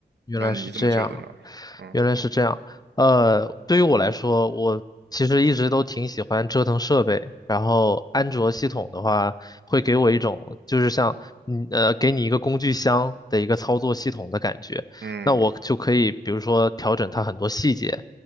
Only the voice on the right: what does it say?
那你怎么觉得呢？嗯
嗯